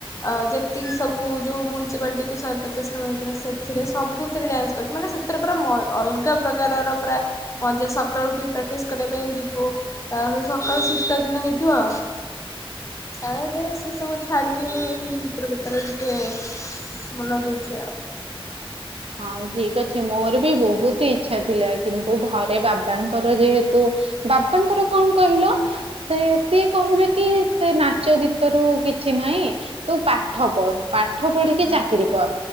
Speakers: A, on the left; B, on the right.
A: ଆ ଯେତିକି ସବୁ ଯୋଉ ମ୍ୟୁନ୍ସିପାଲିଟିକୁ ଶହେପଚାଶ ତମ ହେଇଥିଲା ସେଥିରେ ସବୁଥିରେ ଡାନ୍ସ ସେଠି ମାନେ ସେଥେରେ ପୁରା ମ ଅଲଗା ପ୍ରକାରର ପୁରା ମଜା ସକାଳୁ ଉଠିକି ପ୍ରାଟିସ କରିବା ପାଇଁ ଯିବୁ। ତାପରେ ସକାଳୁ ଶୀତଦିନ ହେଇଥିବ ଆ ଏବେ ସେ ସବୁ ଛାଡିକି ଏବେ ଭିତ୍ରେ ଭିତେରେ ଟିକେ ମନ ଦଉଛି ଆଉ।
B: ହଁ ଠିକ୍ ଅଛି ମୋର ବି ବହୁତ ଇଚ ଇଛା ଥିଲା କିନ୍ତୁ ଘରେ ବାବାଙ୍କର ଯେହେତୁ ବାବାଙ୍କର କଣ କହିଲ? ସେ ସିଏ କହିବେ କି ସେ ନାଚ ଗୀତରୁ କିଛି ନାହିଁ ତୁ ପାଠ ପଢ ପାଠ ପଢିକି
A: ହୁଁ
B: ଚାକିରି କର